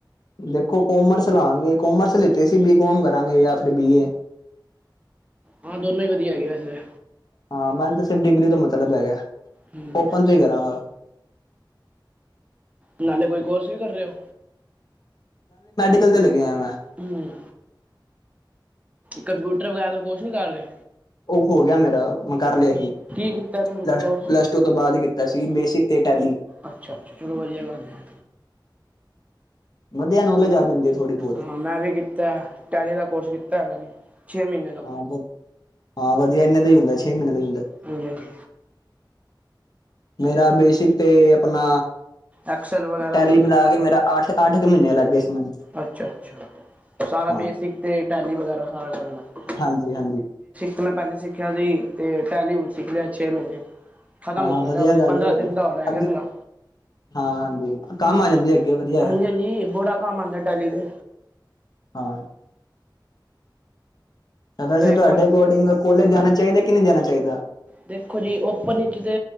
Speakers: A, on the left; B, on the right.
A: ਦੇਖੋ ਕੋਮਰਸ ਲਾਾਂਗੇ ਕੋਮਰਸ ਲਿੱਤੇ ਸੀ ਬੀ ਕੋਮ ਕਰਾਂਗੇ ਜਾਂ ਫਿਰ ਬੀਏ।
B: ਹਾਂ ਦੋਨੋ ਹੀ ਵਧੀਆਗੇ ਵੈਸੇ
A: ਹਾਂ ਮੈਨੂੰ ਸਿਰਫ ਡਿਗਰੀ ਤੋਂ ਮਤਲਬ ਹੈਗਾ
B: ਹਮ
A: ਓਪਨ ਤੋਂ ਹੀ ਕਰਾਂਗਾ।
B: ਨਾਲੇ ਕੋਈ ਕੋਰਸ ਵੀ ਕਰ ਰਹੇ ਹੋ।
A: ਚਲਦੇ ਲੱਗੇ ਆ ਮੈਂ
B: ਹਮ ਕੰਪਿਊਟਰ ਵਗੈਰਾ ਕੁਛ ਨੀ ਕਰ ਰਹੇ?
A: ਉਹ ਹੋ ਗਿਆ ਮੇਰਾ ਮੈਂ ਕਰ ਲਿਆ ਸੀ।
B: ਕੀ ਕੀਤਾ ਕੰਪਿਊਟਰ
A: ਪਲੱਸ
B: ਕੋਰਸ
A: ਟੂ ਤੋਂ ਬਾਅਦ ਕੀਤਾ ਸੀ ਬੇਸਿਕ ਤੇ ਅਟੈਲੀ
B: ਅੱਛਾ ਅੱਛਾ ਚਲੋ ਵਧੀਆ ਗੱਲ ਏ।
A: ਵਧੀਆ ਨੌਲੇਜ ਆ ਜਾਂਦੀ। ਥੋੜ੍ਹੀ ਬਹੁਤ
B: ਹਾਂ ਮੈਂ ਵੀ ਕੀਤਾ ਟੈਲੀ ਦਾ ਕੋਰਸ ਕੀਤਾ ਮੈਂ ਵੀ। ਛੇ ਮਹੀਨੇ ਦਾ
A: ਹਾਂ ਹਾਂ ਵਧੀਆ ਇਹਨਾਂ ਦਾ ਹੀ ਹੁੰਦਾ ਛੇ ਮਹੀਨੇ ਦਾ ਹੀ ਹੁੰਦਾ।
B: ਹਾਂਜੀ ਹਾਂਜੀ
A: ਮੇਰਾ ਬੇਸਿਕ ਤੇ ਆਪਣਾ
B: ਐਕਸਲ ਵਗੈਰਾ
A: ਟੈਲੀ
B: ਵੀ
A: ਮਿਲਾ ਕੇ ਮੇਰਾ ਅੱਠ ਅੱਠ ਕੁ ਮਹੀਨੇ ਲੱਗ ਗਏ ਸੀ ਮੈਨੂੰ
B: ਅੱਛਾ-ਅੱਛਾ। ਸਾਰਾ
A: ਹਾਂ
B: ਬੇਸਿਕ ਤੇ ਟੈਲੀ ਵਗੈਰਾ ਸਾਰਾ ਕਰਨ ਦਾ
A: ਹਾਂਜੀ ਹਾਂਜੀ।
B: ਤੇ ਮੈਂ ਪਹਿਲੇ ਸਿੱਖਿਆ ਸੀ ਤੇ ਟੈਲੀ ਸਿੱਖ ਲਿਆ ਛੇ ਮਹੀਨੇ ਖ਼ਤਮ
A: ਹਾਂ
B: ਹੋਣ ਲੱਗਿਆ
A: ਵਧੀਆ
B: ਬਸ
A: ਗੱਲ
B: ਪੰਦਰਾਂ
A: ਏ
B: ਦਿਨ ਦਾ ਹੋਰ ਹੈਗਾ
A: ਅੱਗੇ
B: ਮੇਰਾ।
A: ਹਾਂ ਹਾਂਜੀ ਕੰਮ
B: ਹਾਂਜੀ-ਹਾਂਜੀ,
A: ਆ ਜਾਂਦੀ ਅੱਗੇ ਵਧੀਆ ਆ।
B: ਬੋੜਾ ਕੰਮ ਆਦਾ ਡਲੀ ਦੇ
A: ਹਾਂ ਵੈਸੇ
B: ਤੇ
A: ਤੁਹਾਡੇ
B: ਕੋਲ
A: ਅਕੋਰਡਿੰਗ ਕੋਲੇਜ ਜਾਣਾ ਚਾਹੀਦਾ ਕਿ ਨਹੀਂ ਜਾਣਾ ਚਾਹੀਦਾ।
B: ਦੇਖੋ ਜੀ ਓਪਨ ਵਿੱਚ ਤਾਂ